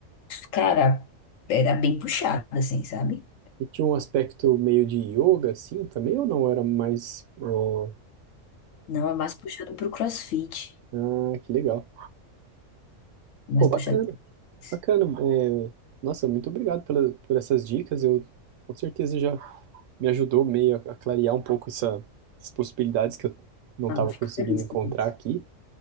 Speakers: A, on the left (about 80°); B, on the right (about 80°).
A: Cara, era bem puxado, assim, sabe?
B: E tinha um aspecto meio de yoga, assim, também, ou não? Era mais, ó,
A: Não é mais puxado pro CrossFit,
B: Ah, que legal.
A: é mais
B: Pô, bacana,
A: puxado pro isso.
B: bacana. É, nossa, muito obrigado pela, por essas dicas. Eu com certeza já me ajudou meio a, a clarear um pouco essa- essas possibilidades que eu não estava
A: Ah, fico
B: conseguindo
A: feliz
B: encontrar
A: com isso.
B: aqui.